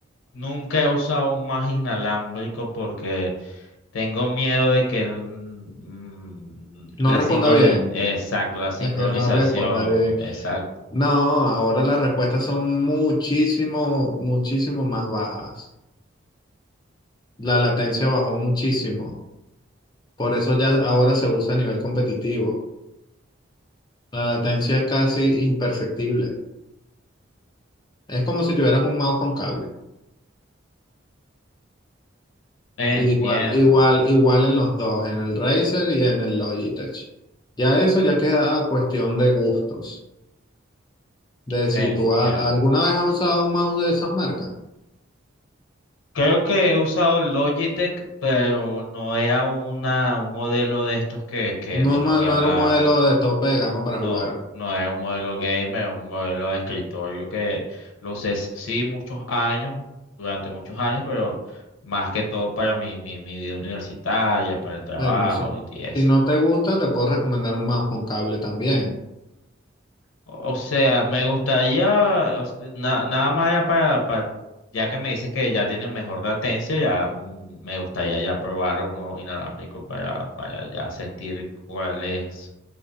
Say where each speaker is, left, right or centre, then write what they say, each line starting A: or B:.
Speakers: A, on the left; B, on the left.
A: nunca he usado un más inalámbrico porque tengo miedo de que mm, mm,
B: No
A: la
B: responda
A: sincroni-
B: bien,
A: exacto, la sincronización,
B: es que no responda bien.
A: exacto.
B: No, ahora las respuestas son muchísimo, muchísimo más bajas. La latencia bajó muchísimo. Por eso ya ahora se usa a nivel competitivo. La latencia es casi imperceptible. Es como si tuvieras un mouse con cable. Igual,
A: Entiendo,
B: igual, igual en los dos, en el Razer y en el Logitech. Ya eso ya queda a cuestión de gustos. De
A: entiendo.
B: si tú ha- alguna vez has usado un mouse de esas marcas.
A: Creo que he usado Logitech, pero no era una, un modelo de estos que, que
B: No,
A: de los
B: ma-
A: que
B: no
A: hablábamos.
B: era un modelo de tope de gama para
A: No,
B: jugar.
A: no es un modelo gamer, es un modelo de escritorio que lo usé sí muchos años, durante muchos años, pero más que todo para mi, mi, mi vida universitaria, para el trabajo
B: Bueno, sí.
A: y eso.
B: Si no te gusta, te puedo recomendar un mouse con cable también.
A: O sea, me gustaría, o s- na- nada más ya para, para- ya que me dices que ya tiene mejor latencia, ya mm, me gustaría ya probar uno inalámbrico para, para ya sentir cuáles